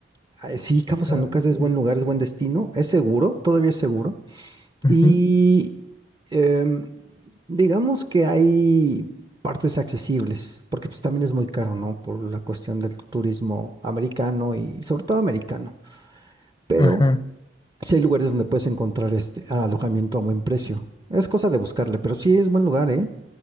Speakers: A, on the right (about 25°); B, on the left (about 25°).
A: ah, sí, Cabo San
B: Claro.
A: Lucas es buen
B: sí.
A: lugar, es buen destino, es seguro, todavía es seguro.
B: Ujú,
A: Y em, digamos que hay partes accesibles, porque pues también es muy caro, ¿no? Por la cuestión del turismo americano y sobre todo americano. Pero
B: Ajá.
A: sí hay lugares donde puedes encontrar este alojamiento a buen precio. Es cosa de buscarle, pero sí es buen lugar, ¿eh?